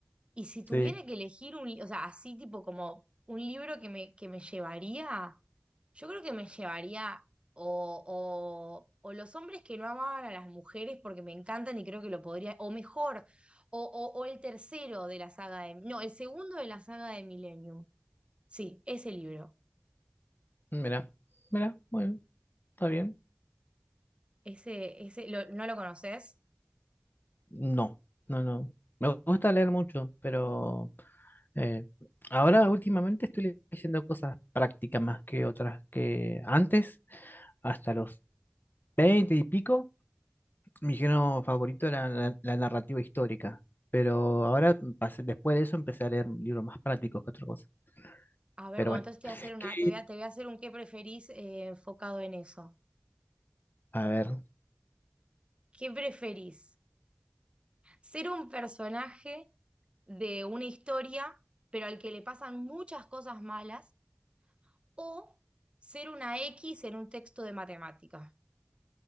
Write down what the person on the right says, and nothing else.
y si
tuviera que elegir un, li- o sea, así tipo como un libro que me, que me llevaría. Yo creo que me llevaría o, o- o los hombres que no amaban a las mujeres porque me encantan y creo que lo podría, o mejor, o, o- o el tercero de la saga de, no, el segundo de la saga de Millennium. Sí, ese libro.
Ese, ese, lo- ¿no lo conoces?
A ver,
bueno,
entonces te voy a hacer una,
te voy a, te voy a hacer un qué preferís eh, enfocado en eso.
¿Qué preferís? ¿Ser un personaje de una historia, pero al que le pasan muchas cosas malas? o ser una X en un texto de matemáticas.